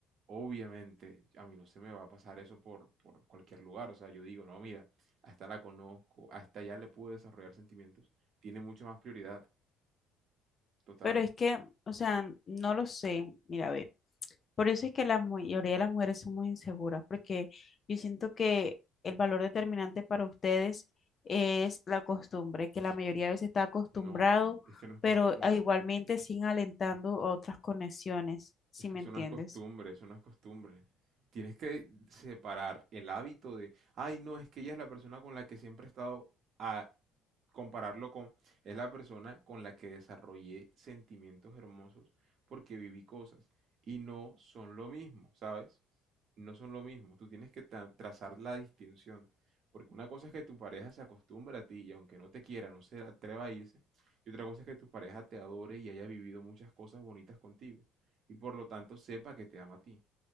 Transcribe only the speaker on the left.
Pero es que, o sea, no lo sé, mira, ve, por eso es que la mayoría de las mujeres son muy inseguras, porque yo siento que el valor determinante para ustedes es la costumbre, que la mayoría de veces está acostumbrado,
pero ah, igualmente siguen alentando otras conexiones, si
me
entiendes.